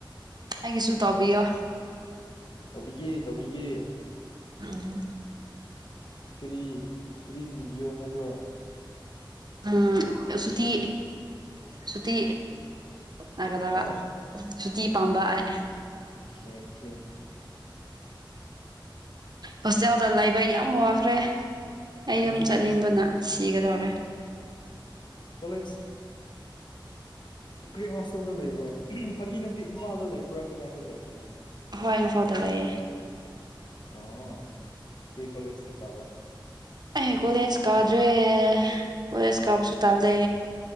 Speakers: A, on the right; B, on the left.
A: ꯑꯩꯒꯤꯁꯨ ꯇꯧꯕꯕꯤꯌꯣ
B: ꯇꯧꯕꯤꯒꯦ ꯇꯧꯕꯤꯒꯦ
A: ꯎꯝ
B: ꯀꯔꯤ ꯀꯔꯤ ꯅꯤꯕꯤꯌꯣ ꯍꯥꯏꯕ꯭ꯔꯣ
A: ꯎꯝ ꯁꯨꯇ ꯁꯨꯇ ꯂꯒꯗꯕ
B: ꯑꯣ
A: ꯁꯨꯇꯤ ꯄꯥꯝꯕ ꯑꯦ
B: ꯑꯣꯀꯦ ꯑꯣꯀꯦ
A: ꯍꯣꯁꯇꯦꯜꯗ ꯂꯩꯕ ꯌꯥꯝ ꯋꯥꯈ꯭ꯔꯦ ꯑꯩ
B: ꯎꯝ
A: ꯌꯨꯝ ꯆꯠꯅꯤꯡꯕꯅ ꯁꯤꯒꯗꯧꯔꯦ
B: ꯀꯣꯂꯦꯖ ꯀ꯭ꯔꯤ ꯍꯣꯁꯇꯦꯜꯅ ꯂꯩꯕ꯭ꯔꯣ ꯐꯥꯒꯤ ꯅꯠꯇꯦ ꯏꯝꯐꯥꯜꯗ ꯂꯩꯕ꯭ꯔꯥ ꯀꯗꯥꯏꯗ ꯂꯩꯕ꯭ꯔꯣ
A: ꯍꯣꯏ ꯏꯝꯐꯥꯎꯗ ꯂꯩꯑꯌꯦ
B: ꯑꯣ ꯀꯔꯤ ꯀꯂꯦꯖ ꯇ ꯀꯥꯕ
A: ꯑ ꯀꯣꯜꯦꯁ ꯀꯗ꯭ꯔꯦ ꯀꯗꯦꯁ ꯀꯥꯕꯁꯨꯠꯜꯗꯦ